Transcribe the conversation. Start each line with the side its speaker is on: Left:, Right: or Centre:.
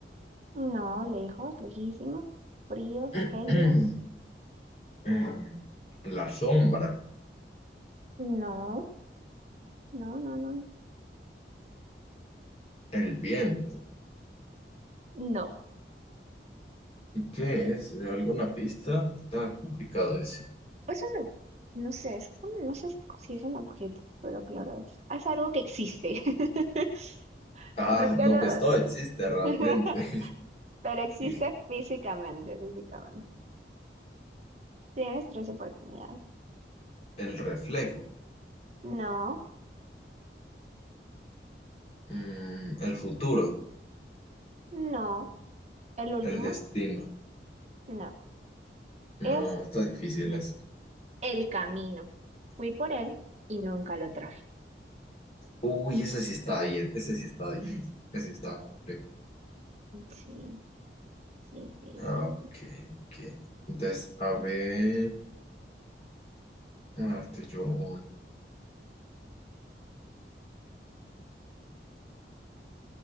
Right: no, lejos, lejísimos, frío,
Left: <clears throat>
Right: gélido.
Left: mm, la sombra,
Right: No, no, no, no,
Left: el viento.
Right: no.
Left: ¿Y ¿Qué es? ¿Alguna pista? Está complicado ese.
Right: Eso no, no sé, es como, no sé si es un objeto, pero claro, es, es algo que existe. <laughs>
Left: Ah,
Right: No es que
Left: no,
Right: no,
Left: pues todo existe realmente.
Right: <laughs> pero existe
Left: <laughs>
Right: físicamente, físicamente. Tienes tres oportunidades.
Left: El reflejo,
Right: No,
Left: mm, el futuro,
Right: no, el último,
Left: el destino.
Right: no,
Left: No,
Right: es
Left: está difícil ese.
Right: el camino. Fui por él y nunca lo traje.
Left: Uy, ese sí está bien, ese sí está difícil, ese sí está complejo.
Right: Sí, sí, sí,
Left: Ah,
Right: sí,
Left: ok,
Right: sí.
Left: ok. Entonces, a ver, a darte yo. un-